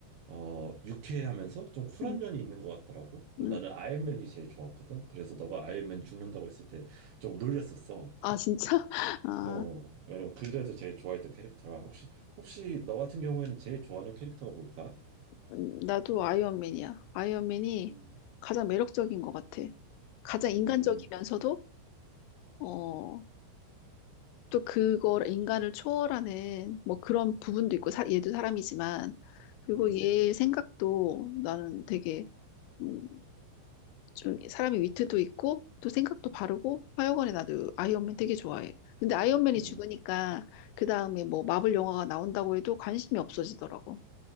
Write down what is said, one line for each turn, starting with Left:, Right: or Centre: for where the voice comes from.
Right: 어 유쾌하면서 좀 쿨한
Left: 응,
Right: 면이 있는 것 같더라고. 그래서
Left: 응.
Right: 나는 아이언맨이 제일 좋았거든. 그래서 너가 아이언맨 죽는다고 했을 때 좀 놀랬었어.
Left: 아, 진짜? <laughs> 아.
Right: 어 왜냐면 그래도 제일 좋아했던 캐릭터라. 혹시 혹시 너 같은 경우에는 제일 좋아하는 캐릭터가 뭘까?
Left: 음, 나도 아이언맨이야. 아이언맨이
Right: 음,
Left: 가장 매력적인 것 같아. 가장 인간적이면서도,
Right: 음,
Left: 어, 또 그걸, 인간을 초월하는 뭐 그런 부분도 있고, 사, 얘도 사람이지만, 그리고
Right: 음,
Left: 얘 생각도 나는 되게, 음, 좀 사람의 위트도 있고, 또 생각도 바르고, 하여간에 나도 아이언맨 되게 좋아해. 근데 아이언맨이
Right: 음,
Left: 죽으니까, 그 다음에 뭐 마블 영화가 나온다고 해도 관심이 없어지더라고.